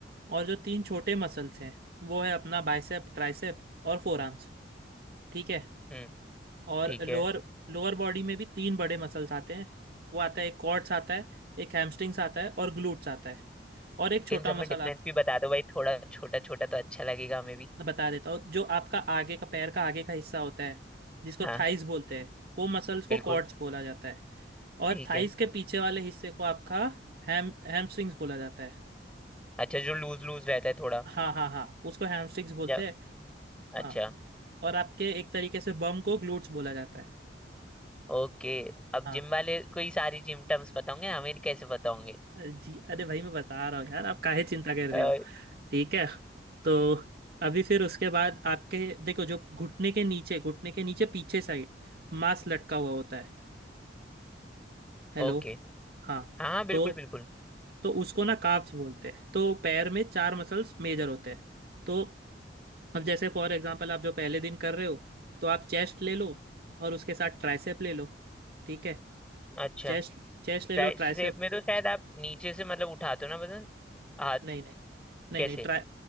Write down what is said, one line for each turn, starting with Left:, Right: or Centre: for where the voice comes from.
Right: और जो तीन छोटे मसल्स हैं वो है अपना बाइसेप ट्राइसेप और फोर आर्म्स ठीक है
Centre: हम्म
Right: और
Centre: ठीक
Right: लोअर
Centre: है
Right: लोअर बॉडी में भी तीन बड़े मसल्स आते हैं वो आता है एक क्वाड्स आता है एक हैमस्ट्रिंग्स आता है और ग्लूट्स आता है और एक छोटा
Centre: इन सब
Right: मसल
Centre: में डिफरेंस
Right: आता
Centre: भी बता दो भाई थोड़ा छोटा छोटा तो अच्छा लगेगा हमें भी
Right: बता देता हूँ जो आपका आगे का पैर का आगे का हिस्सा होता है जिसको
Centre: हाँ।
Right: थाइस बोलते हैं वो मसल्स को
Centre: बिल्कुल
Right: क्वाड्स बोला जाता है और
Centre: ठीक
Right: थाइस
Centre: है
Right: के पीछे वाले हिस्से को आपका हैम हैमस्ट्रिंग्स बोला जाता है
Centre: अच्छा जो लूज लूज रहता है थोड़ा
Right: हाँ हाँ हाँ उसको हैमस्टिक्स बोलते
Centre: जब
Right: हैं
Centre: अच्छा
Right: हाँ और आपके एक तरीके से बम को ग्लूट्स बोला जाता है
Centre: ओके अब
Right: हाँ
Centre: जिम वाले को ही सारी जिम टर्म्स पता होंगे ना, हमें कैसे पता होंगे
Right: अरे जी अरे भाई मैं बता रहा हूँ यार आप काहे चिंता कर
Centre: अ,
Right: रहे हो ठीक है तो अभी फिर उसके बाद आपके देखो जो घुटने के नीचे घुटने के नीचे पीछे साइड मांस लटका हुआ होता है हेलो
Centre: ओके
Right: हाँ
Centre: हाँ हाँ बिल्कुल
Right: तो
Centre: बिल्कुल
Right: तो उसको ना काफ्स बोलते हैं तो पैर में चार मसल्स मेजर होते हैं तो अब जैसे फॉर एग्जांपल आप जो पहले दिन कर रहे हो तो आप चेस्ट ले लो और उसके साथ ट्राइसेप ले लो ठीक है
Centre: अच्छा
Right: चेस्ट चेस्ट ले
Centre: ट्राई
Right: लो
Centre: सेप
Right: ट्राइसेप
Centre: में तो शायद आप नीचे से मतलब उठाते हो ना वजन हाथ
Right: नहीं नहीं नहीं
Centre: कैसे
Right: नहीं ट्राई